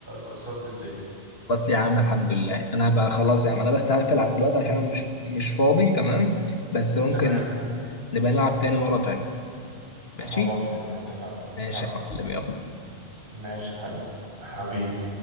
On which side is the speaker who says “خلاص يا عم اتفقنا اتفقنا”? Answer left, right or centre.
Right